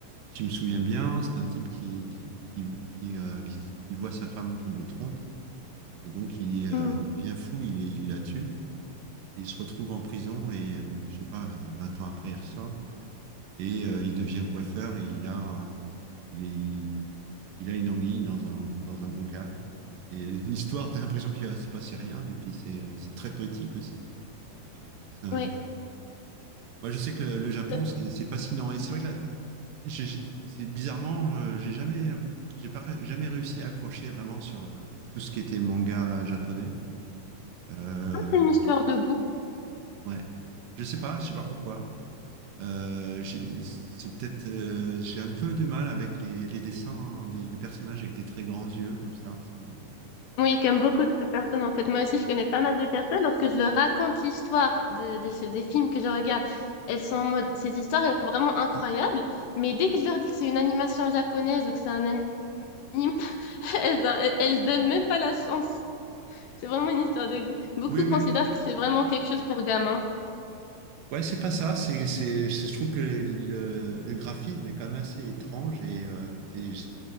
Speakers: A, on the right (about 75°); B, on the left (about 75°).
A: si je me souviens bien, c'était un type qui, qui, qui, qui, euh, qui, qui voit sa femme qui le trompe, et donc il, euh,
B: Mhm,
A: il devient fou, il, il la tue, et il se retrouve en prison, et euh, je sais pas, 20 ans après, il ressort. Et euh, il devient coiffeur, et il a, il, est- il a une anguille dans un, dans un bocal. Et <laughs> l'histoire, t'as l'impression qu'il va se passer rien, et puis c'est euh, c'est très poétique aussi. J'ai- c'est un-
B: ouais,
A: Moi, je sais que le, le Japon,
B: c'est
A: c'est c'est fascinant. Et c'est vrai que là, j'ai- j'ai- c'est bizarrement, euh, j'ai jamais, euh, j'ai pas jamais réussi à accrocher vraiment sur le, tout ce qui était manga japonais. Euh,
B: c'est une histoire de goût.
A: ouais, je sais pas, je sais pas pourquoi. Euh, j'ai- c'est peut-être, euh, j'ai un peu du mal avec les, les dessins des, des personnages avec des très grands yeux comme ça. ça me-
B: Oui, comme beaucoup de personnes en fait. Moi aussi, je connais pas mal de personnes. Lorsque je leur raconte l'histoire de- des, des films que je regarde, elles sont en mode, cette histoire est vraiment incroyable. Mais dès que je leur dis que c'est une animation japonaise ou que c'est un anime, <laughs> elles, elles, elles donnent même pas la chance. C'est vraiment une histoire de goût. Beaucoup
A: Oui,
B: considèrent
A: oui.
B: que c'est vraiment quelque chose pour gamins.
A: Ouais, c'est pas ça. C'est, c'est, c'est- je trouve que le, le graphisme est quand même assez étrange et, euh, et je-